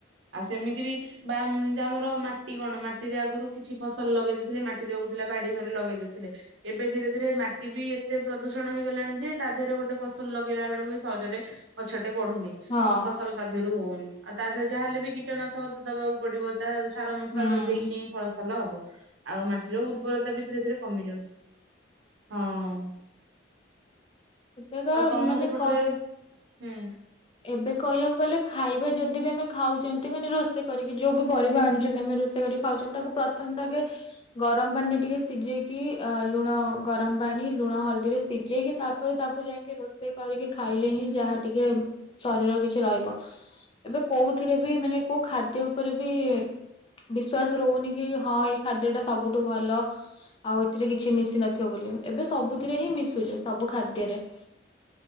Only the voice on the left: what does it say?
ହଁ
ହୁଁ
ଏ କ
ମାନେ
କ
ଏବେ କହିବାକୁ ଗଲେ ଖାଇବା ଯଦି ବି ଆମେ ଖାଉଚନ୍ତି ମାନେ ରୋଷେଇ କରିକି ଯୋଉ ବି ପରିବା ଆଣୁଚନ୍ତି ଆମେ ରୋଷେଇ କରି ଖାଉଛନ୍ତି ତାକୁ ପ୍ରଥମେ ତ ଆଗେ ଗରମ ପାଣିରେ ଟିକେ ସିଝେଇକି ଅ ଲୁଣ ଗରମ ପାଣି ଲୁଣ ହଳଦୀରେ ସିଝେଇକି ତା ତା ପରେ ତାକୁ ଯାଇକି ରୋଷେଇ କରିକି ଖାଇଲେ ହିଁ ଯାହା ଟିକେ ଶରୀର କିଛି ରହିବ। ଏବେ କୋଉଥିରେ ବି ମାନେ କୋଉ ଖାଦ୍ୟ ଉପରେ ବି ବିଶ୍ୱାସ ରହୁନି କି ହଁ ଏଇ ଖାଦ୍ୟ ଟା ସବୁଠୁ ଭଲ। ଆଉ ଏଥିରେ କିଛି ମିଶି ନ ଥିବ ବୋଲି ଏବେ ସବୁଥିରେ ହିଁ ମିଶୁଚି ସବୁ ଖାଦ୍ୟରେ।